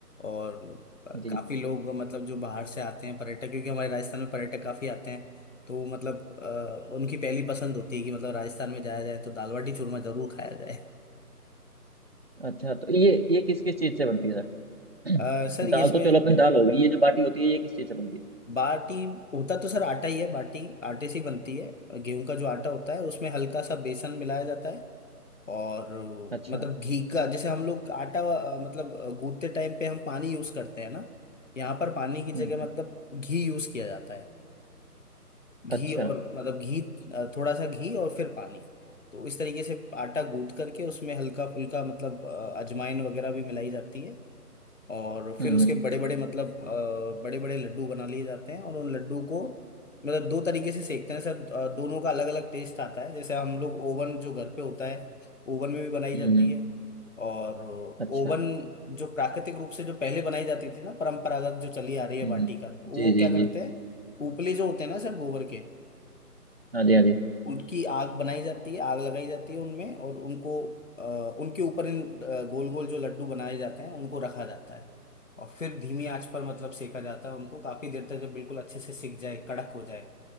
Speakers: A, on the left; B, on the right.
A: और अ,
B: जी
A: काफी लोग मतलब जो बाहर से आते हैं पर्यटक क्योंकि हमारे राजस्थान में पर्यटक काफी आते हैं तो मतलब अ, उनकी पहली पसंद होती है कि मतलब राजस्थान में जाया जाए तो दाल बाटी चूरमा जरूर खाया जाए
B: अच्छा तो ये ये किस किस चीज से बनती है सर
A: अ,
B: <clears throat>
A: सर ये
B: दाल
A: इसमें
B: तो चलो अपनी दाल होगी ये जो बाटी होती है ये किस चीज से बनती है
A: बाटी होता तो सर आटा ही है बाटी आटे से ही बनती है गेहूं का जो आटा होता है उसमें हल्का सा बेसन मिलाया जाता है और
B: अच्छा
A: मतलब घी का जैसे हम लोग आटा अ, मतलब अ, गूंथते टाइम पे हम पानी यूज करते हैं ना यहाँ पर पानी की जगह
B: हम्म हम्म
A: मतलब घी यूज किया जाता है घी
B: अच्छा
A: और मतलब घी अ, थोड़ा सा घी और फिर पानी तो इस तरीके से आटा गूंथ करके उसमें हल्का फुल्का मतलब अ, अजवाइन वगैरह भी मिलाई जाती है और फिर
B: हम्म
A: उसके
B: हम्म
A: बड़े बड़े मतलब बड़े बड़े लड्डू बना लिए जाते हैं और उन लड्डू को मतलब दो तरीके से सेकते हैं सर अ, दोनों का अलग अलग टेस्ट आता है जैसे हम लोग ओवन जो घर पे होता है ओवन में भी बनाई
B: हम्म
A: जाती
B: हम्म,
A: है और ओवन
B: अच्छा हम्म
A: जो प्राकृतिक रूप से जो पहले बनाई जाती थी ना परंपरागत जो चली आ रही है
B: हम्म,
A: बाटी का वो
B: जी जी
A: क्या करते
B: जी
A: हैं उपले जो होते हैं ना सर गोबर के
B: हाँ जी हाँ जी
A: उनकी आग बनाई जाती है आग लगाई जाती है उनमें और उनको अ, उनके ऊपर इन गोल गोल जो लड्डू बनाए जाते हैं उनको रखा जाता है और फिर धीमी आंच पर मतलब सेका जाता है उनको काफी देर तक जब बिल्कुल अच्छे से सिक जाए कड़क हो जाए